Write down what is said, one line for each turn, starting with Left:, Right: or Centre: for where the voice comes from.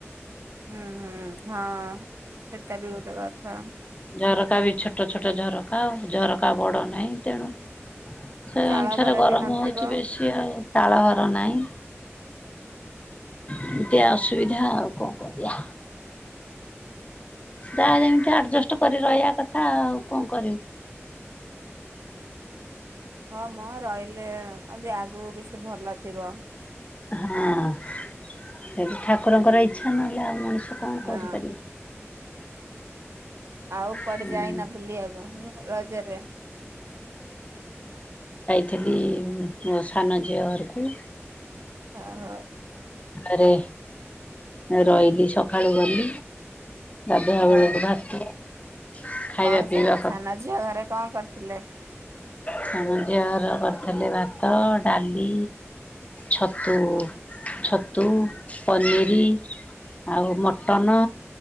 Right: ହୁଁ ହୁଁ ହଁ ସେଟା ବି ଗୋଟେ କଥା।
Left: ଝରକା ବି ଛୋଟ ଛୋଟ ଝରକା ଆଉ ଝରକା ବଡ ନାହିଁ ତେଣୁ ସେଇ
Right: ଚାଳ
Left: ଅନୁସାରେ
Right: ଘର
Left: ଗରମ
Right: ବି ନଥିବ।
Left: ହଉଚି ବେଶୀ ଆଉ। ଘର ନାଇଁ ଏମତିଆ ଅସୁବିଧା ଆଉ କଣ କରିବା। ଜାଆ ଯେମିତି ଆଡଜଷ୍ଟ କରି ରହିବା କଥା ଆଉ କଣ କରିବୁ?
Right: ହ ମ ରଇଲେ ଯଦି ଆଗକୁ କିଛି ଭଲ ଥିବ।
Left: ହଁ ସେଠି ଠାକୁରଙ୍କର ଇଚ୍ଛା ନହେଲେ ଆଉ ମଣିଷ କଣ
Right: ହଁ।
Left: କରିପାରିବ?
Right: ଆଉ କୁଆଡେ
Left: ହୁଁ
Right: ଯାଇନ ବୁଲିବାକୁ ରଜରେ?
Left: ଥିଲି ମୋ ସାନ ଝିଅ ଘରକୁ।
Right: ଓହୋ।
Left: ଆରେ ରଇଲି ସକାଳୁ ଗଲି। ଗାଧୁଆ
Right: ହଉ
Left: ବେଳକୁ ଭାତ। ଖାଇବା
Right: କଣ
Left: ପିଇବା
Right: ସେ
Left: କରି
Right: ସାନ ଝିଅ ଘରେ କଣ କରିଥିଲେ?
Left: ସାନଝିଅ ହର କରିଥିଲେ ଭାତ, ଡାଲି। ଛତୁ ଛତୁ ପନିର ଆଉ ମଟନ।